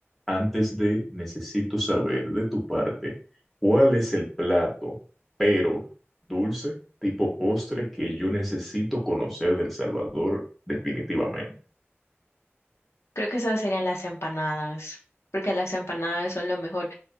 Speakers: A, in the centre; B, on the left.
A: antes de necesito saber de tu parte cuál es el plato, pero dulce, tipo postre que yo necesito conocer del Salvador definitivamente.
B: Creo que esas serían las empanadas, porque las empanadas son lo mejor.